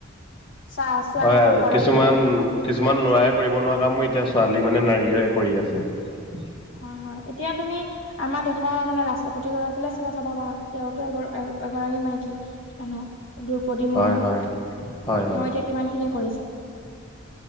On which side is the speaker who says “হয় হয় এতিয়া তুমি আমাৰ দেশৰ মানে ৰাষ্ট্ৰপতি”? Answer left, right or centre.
Left